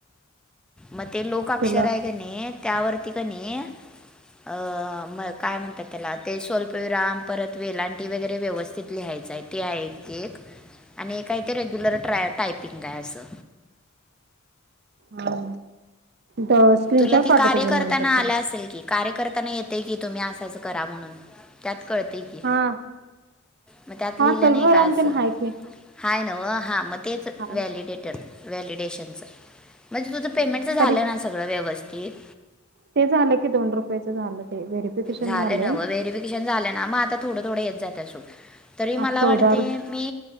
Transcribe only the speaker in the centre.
म ते लोकअक्षर
हाय कने त्यावरती कने अ मळ काय म्हणत्यात त्याला ते स्वल्प विराम परत वेलांटी वगैरे व्यवस्तीत लिहायच हाय ते हाय एक एलआणि काय तर रेग्युलर ट्राय टायपिंग हाय असं.
तुला ते
कार्य
करताना
आलं असेल की कार्य करताना येतय की तुम्ही असं असं करा म्हणून त्यात कळतय की.
मग त्यात
लिहिलं
नाई का असं.
हाय नव्ह हा म तेच
व्हॅलिडेटर. व्हॅलिडेशनचं म्हणजे तुझं पेमेंटचं
झालंय ना सग व्यवस्तीत.
झालं
नव्ह व्हेरिफिकेशन झाल ना म आता थोडं थोडं येत जात्यात सोड. तरी
मला
वाटते
मी.